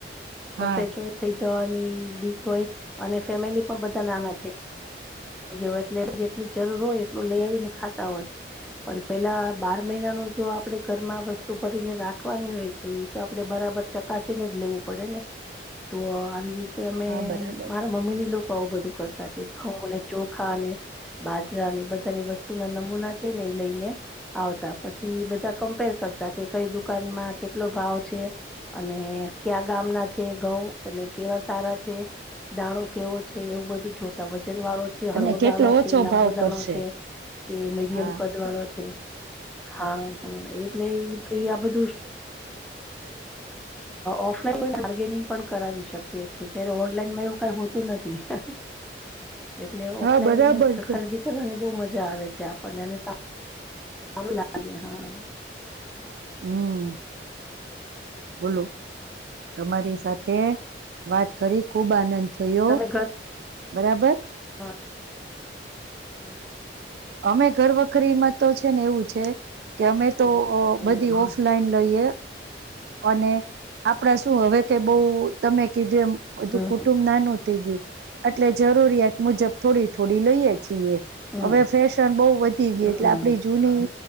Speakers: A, in the centre; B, on the right.
A: ટેજ
B: હા
A: જવાની બીક હોય અને ફેમિલી પણ બધા નાના થઈ ગયા. થ ગયો હોય એટલે જેટલ જરૂર હોય એટલું લઈ આવીને ખાતા હોય. પણ પેલા બાર મહિના ન જો આપડે ઘરમાં વસ્તુ ભરીને રાખવાની હોય તો એ તો આપડે બરાબર. બરાબર ચકાસીને જ લેવું પડે ને તો આવી રીતે. તે અમે
B: હા બરાબર
A: મારા
B: છે
A: મમ્મી ની લોકો આવું બધું કરતા કે ઘઉ, ચોખા ને બાજરા ને એ બધાની વસ્તુ ના નમૂના છે. ને એ લઈ ને. આવતા પછી બધા કમ્પેર કરતા કે કઈ દુકાનમાં કેટલો ભાવ છે. અને ક્યાં ગામના છે. ઘઉ અને કેવા સારા છે. દાણો કેવો છે. એવું બધું જોતા વજન વાળું છે. હળવો
B: અને
A: દાણો
B: કેટલો
A: છે.
B: ઓછો
A: લાંબો
B: ભાવ
A: દાણો
B: કરશે
A: છે. કે મીડિયમ
B: હા
A: કદવાળો છે. હા હા એટલે એ આ બધું. ઓફલાઈન બાર્ગેનિંગ પણ કરાવી શકીએ છીએ ત્યારે ઓનલાઈનમાં એવું કઈ હોતું નથી.
B: <inaudible>
A: એટલે ઓફલાઈન
B: હા બરાબર છે
A: ખરીદી કરવાની બહુ મજા આવે છે. આપણને એને. સારૂ લાગે હા. <unintelligible>
B: હમ બોલો તમારી સાથે. વાત કરી ખુબ આનંદ થયો
A: તમે
B: બરાબર.
A: હમ <unintelligible>
B: અમે તો ઘર વખરીં મા તો એવું છે. ને એવું છે. કે અમે
A: ચાલો.
B: તો બધી
A: હા,
B: ઓફલાઈન લઈએ. અને આપડા શું હવે કઈ બઉ તમે કીધું એમ બધું
A: હા,
B: કુટુંબ નાનું થઈ ગયું એટલે જરૂરિયાત મુજબ થોડી થોડી લઈએ છીએ
A: હા,
B: હવે
A: હા.
B: ફેશન બહુ વધી ગય
A: હમ,
B: એટલે આપણી જૂની
A: હમ,